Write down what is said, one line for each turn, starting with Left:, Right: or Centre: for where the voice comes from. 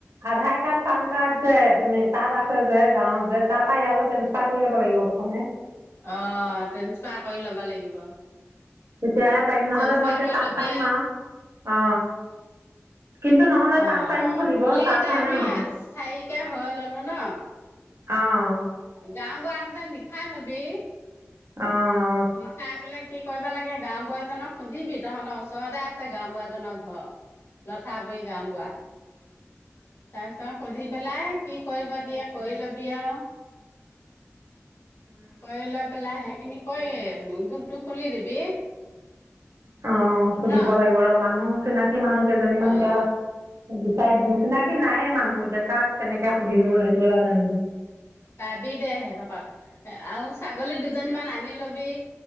Right: আধাৰ কাৰ্ড পান কাৰ্ড যে তাত আছে। যে গাঁৱত যে তাৰ পৰা এয়ালৈ তেনচ চা কৰি ল'ব লাগিব। প্ৰথমে
Left: অ', ট্ৰেন্সফাৰ কৰি ল'ব লাগিব।
Right: তেতিয়াহে পাৰিম নহ'লে
Left: ট্ৰেন্সফাৰ
Right: মই এতিয়া
Left: কৰি
Right: তাত
Left: ল'বি
Right: পাৰিম আৰু অ, কিন্তু নহলে
Left: অ',
Right: তাত পাৰিম খুলিব
Left: অ, বুলি
Right: তাত
Left: এতিয়া
Right: হয়নে
Left: আমি
Right: নহয়
Left: ইয়াত চাৰকে হৈ ললো ন।
Right: অ',
Left: গাওঁ বুঢ়া হাতে লিখা লবি।
Right: অ',
Left: লিখাই পেলাই কি কৰিব লাগে। গাওঁবুঢা জক সুধিবি তহঁতৰ ওচৰতে আছে। গাওঁবুঢ়াজনৰ ঘৰ
Right: <inaudible>
Left: লঠাৰ পৰৰি গাওঁবুৱা তাৰপিছত সুধি পেলাই কি কৰিব দিয়ে কৰি লবি আৰু কৰি লৈ পেলাই সেইখিনি কৰি গোটটো খুলি দিবি।
Right: অ', সুধিব
Left: ন
Right: লাগিব ৰ মানুহ চিনাকি মানুহ কেইজনীমান
Left: অ
Right: তিয়া বিচাৰি নিচিনাকি নাইয়ে। মানুহ এতিয়া কাক কেনেকে সুধিমগৈ সেইটো এটা <unintelligible>
Left: পাবি দে সিহঁতোখত আৰু ছাগলী দুজনীমান আনি লবি